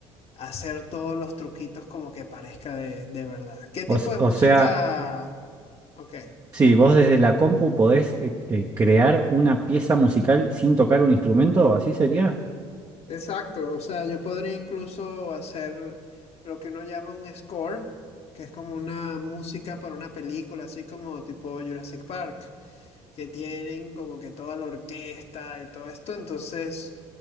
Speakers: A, on the left; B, on the right.
A: hacer todos los truquitos como que parezca de, de verdad. ¿Qué tipo
B: O, s-
A: de
B: o
A: música?
B: sea.
A: Ok,
B: Sí, vos desde la compu podés eh, eh, crear una pieza musical sin tocar un instrumento, ¿así sería?
A: exacto. O sea, yo podría incluso hacer lo que uno llama un score, que es como una música para una película, así como tipo Jurassic Park, que tienen como que toda la orquesta y todo esto. Entonces...